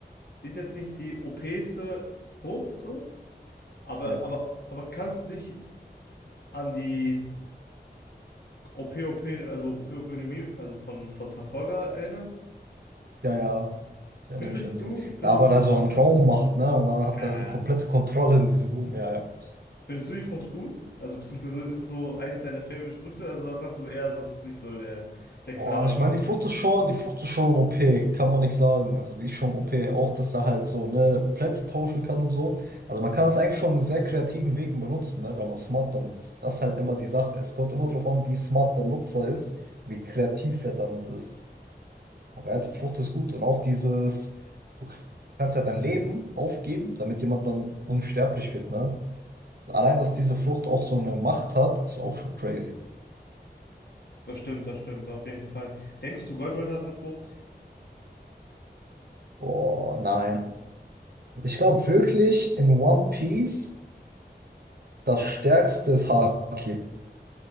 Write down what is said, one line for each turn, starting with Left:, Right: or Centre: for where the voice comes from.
Left: die ist jetzt nicht die OPste Frucht so, aber,
Right: Yep.
Left: aber, aber kannst du dich an die OP-OP, also OP-Ökonomie, also von, von Trafalgar erinnern?
Right: Ja, ja, ich erinnere
Left: Findest
Right: mich an den.
Left: du, findest
Right: Da war da
Left: du, dass
Right: so
Left: es
Right: ein
Left: so eine
Right: Raum
Left: gute Frucht
Right: macht
Left: ist?
Right: ne? Und dann hat
Left: Ja.
Right: er so komplette Kontrolle in diesem Raum. Ja, ja.
Left: Findest du die Frucht gut? Also beziehungsweise ist es so eines deiner Favorite-Früchte? Also das sagst du so eher, so, das ist nicht so der, der
Right: Boah,
Left: Knaller
Right: ich meine,
Left: so.
Right: die Frucht ist schon, die Frucht ist schon OP, kann man nicht sagen. Also die ist schon OP, auch dass er halt so, ne, Plätze tauschen kann und so. Also man kann das eigentlich schon in sehr kreativen Wegen benutzen, ne, wenn man smart damit ist. Das ist halt immer die Sache. Es kommt immer darauf an, wie smart der Nutzer ist, wie kreativ er damit ist. Aber ja, die Flucht ist gut. Und auch dieses, du kannst ja dein Leben aufgeben, damit jemand dann unsterblich wird, ne? Also Allein, dass diese Flucht auch so eine Macht hat, ist auch schon crazy.
Left: Das stimmt, das stimmt, auf jeden Fall. Denkst du, Gold Roger hat eine Frucht?
Right: Boah, nein. Ich glaube wirklich, in One Piece das Stärkste ist Haki.